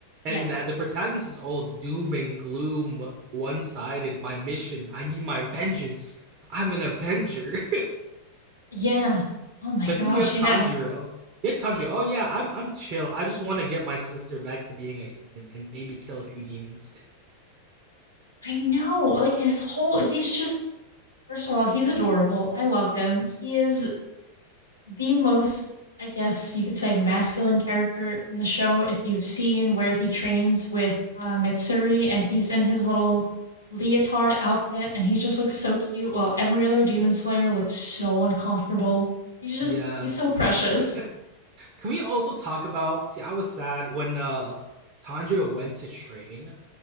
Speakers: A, on the left; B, on the right.
A: Yes.
B: and that the protagonist is all doom and gloom, one sided. My mission, I need my vengeance. I'm an Avenger.
A: Yeah.
B: <laughs>
A: Oh my
B: but
A: gosh,
B: then you have
A: yeah.
B: Tanjiro. You have Tanjiro. Oh yeah, I'm I'm chill. I just want to get my sister back to being a human and maybe kill a few demons.
A: I know. Like his whole he's just first of all, he's adorable. I love him. He is the most, I guess you could say, masculine character in the show. If you've seen where he trains with uh, Mitsuri and he's in his little leotard outfit and he just looks so cute, while every other demon slayer looks so uncomfortable.
B: <laughs>
A: He's just,
B: yes.
A: he's so precious.
B: <laughs> Can we also talk about? See, I was sad when uh Tanjiro went to train